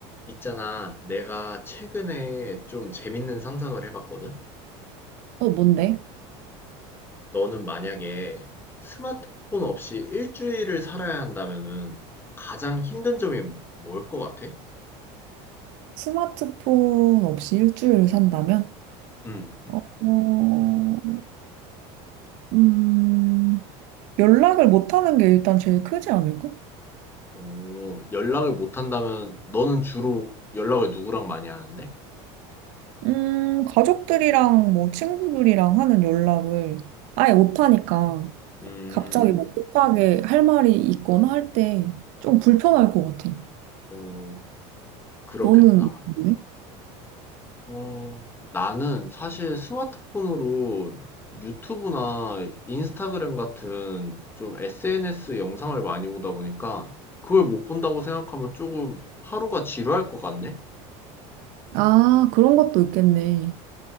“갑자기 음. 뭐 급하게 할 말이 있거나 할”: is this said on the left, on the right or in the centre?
Right